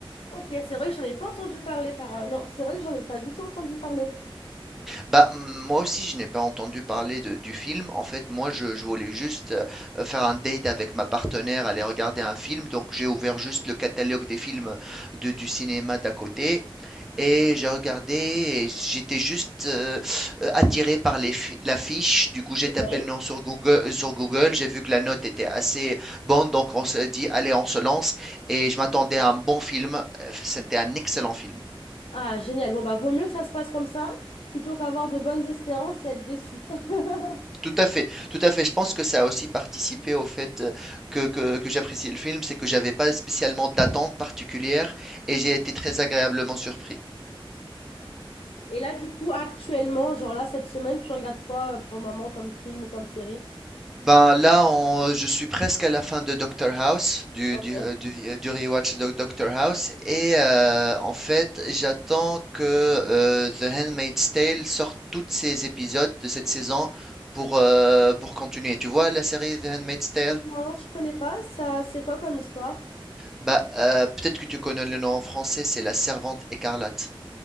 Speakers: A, on the left; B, in the centre.
A: Ok, c'est vrai que j'en ai pas entendu parler par... Non, c'est vrai que j'en ai pas du tout entendu parler.
B: Bah, mmh, moi aussi, je n'ai pas entendu parler de du film. En fait, moi, je je voulais juste, heu heu, faire un date avec ma partenaire, aller regarder un film. Donc, j'ai ouvert juste le catalogue des films de du cinéma d'à côté et j'ai regardé et j'étais juste, heu heu, attiré par les fi l'affiche. Du coup, j'ai
A: Oui.
B: tapé le nom sur Google sur Google. J'ai vu que la note était assez bonne, donc on s'est dit: «Allez, on se lance» et je m'attendais à un bon film. Heu, c'était un excellent film.
A: Ah, génial. Bon, bah, vaut mieux que ça se passe comme ça plutôt qu'avoir de bonnes espérances et être déçu. <laughs>
B: Tout à fait, tout à fait. Je pense que ça a aussi participé au fait euh, que, que, que j'apprécie le film, c'est que j'avais pas spécialement d'attente particulière et j'ai été très agréablement surpris.
A: Et là, du coup, actuellement, genre là, cette semaine, tu regardes quoi euh, pour le moment comme film ou comme série?
B: Ben là, on- je suis presque à la fin de Doctor House, du,
A: Ok.
B: du, euh, du, euh, du rewatch de Doctor House, et euh, en fait, j'attends que euh, The Handmaid's Tale sorte tous ses épisodes de cette saison pour, euh, pour continuer. Tu vois la série The Handmaid's Tale?
A: Non, je connais pas. Ça, c'est quoi comme histoire?
B: Bah, euh, peut-être que tu connais le nom en français, c'est la Servante écarlate.